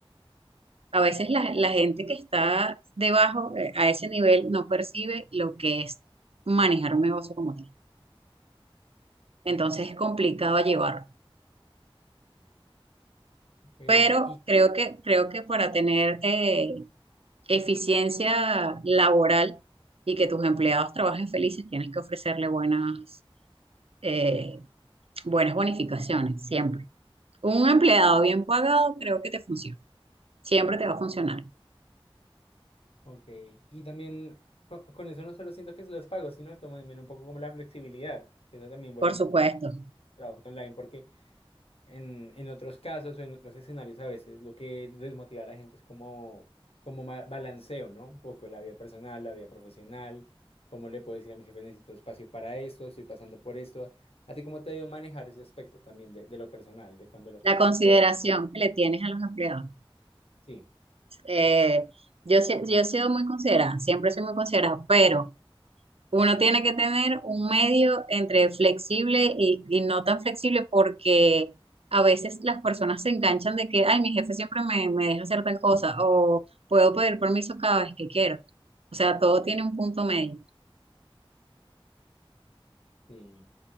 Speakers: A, on the right; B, on the left.
A: A veces la, la gente que está debajo, eh, a ese nivel, no percibe lo que es manejar un negocio como tal. Entonces es complicado llevarlo.
B: Ok,
A: pero
B: y,
A: creo que, creo que para tener eh, eficiencia laboral y que tus empleados trabajen felices, tienes que ofrecerle buenas, eh, buenas bonificaciones, siempre. Un empleado bien pagado creo que te funciona, siempre te va a funcionar,
B: ok, y también co- con, eso no solo siento que se los pago, sino también un poco como la flexibilidad, que eso también vuelve
A: por
B: un
A: supuesto.
B: poco a trabajo online, porque En, en otros casos o en otros escenarios a veces lo que desmotiva a la gente es como, como ma- balanceo, ¿no? Un poco la vida personal, la vida profesional, cómo le puedo decir a mi jefe necesito espacio para esto, estoy pasando por esto. ¿A ti cómo te ha ido a manejar ese aspecto también de, de lo personal, de cuando las
A: La
B: personas...
A: consideración que le tienes a los empleados.
B: Sí,
A: Eh, yo, sie- yo he sido muy considerada, siempre soy muy considerada, pero... Uno tiene que tener un medio entre flexible y, y no tan flexible porque a veces las personas se enganchan de que, ay, mi jefe siempre me, me deja hacer tal cosa o puedo pedir permiso cada vez que quiero. O sea, todo tiene un punto medio.
B: sí.